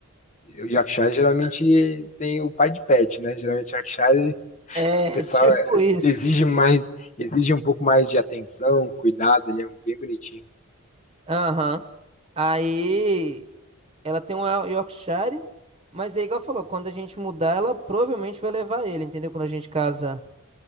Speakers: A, on the left; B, on the right.
A: o Yorkshire geralmente tem o pai de pet, né? Geralmente o Yorkshire
B: É,
A: O pessoal
B: <laughs> tipo
A: é,
B: isso.
A: exige mais, exige um pouco mais de atenção, cuidado, ele é bem bonitinho.
B: Aham. Aí ela tem um Yorkshire, mas é igual falou, quando a gente mudar, ela provavelmente vai levar ele, entendeu? Quando a gente casa,